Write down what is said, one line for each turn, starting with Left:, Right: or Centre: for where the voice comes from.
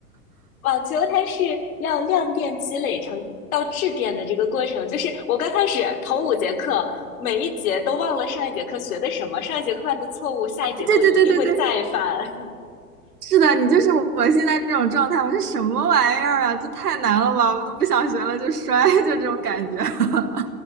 Left: 网球它是要量变积累成到质变的这个过程，就是我刚开始头五节课，每一节都忘了上一节课学的什么，上一节课犯的错误，下一节都一定会再犯。
Right: 对对对对对，是的，你就是我现在这种状态，我说什么玩意儿啊？这太难了吧，我都不想学了，就摔，<laughs> 就这种感觉。<laughs>